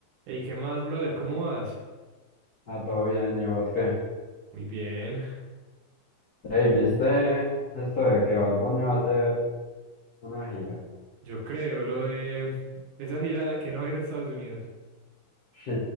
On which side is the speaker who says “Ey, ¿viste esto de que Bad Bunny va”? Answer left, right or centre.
Left